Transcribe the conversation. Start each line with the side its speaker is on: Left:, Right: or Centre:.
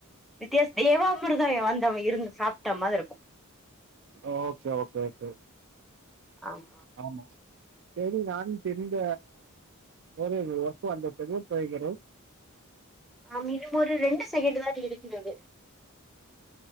Centre: வித்தியாச தேவா மிருதம் வந்தவ இருந்து சாப்ட்ட மாதிரி இருக்கும்
Right: ஓக்கே ஓக்கே ஓக்கே
Centre: ஆமா
Right: ஆமா சேரி நானு தெரிஞ்ச பிறகு ஒர்க் வந்ததுக்கு தேய்கிறோம்
Centre: ஆம் இன்னும் ஒரு ரெண்டு செகண்ட் தான் இருக்கிறது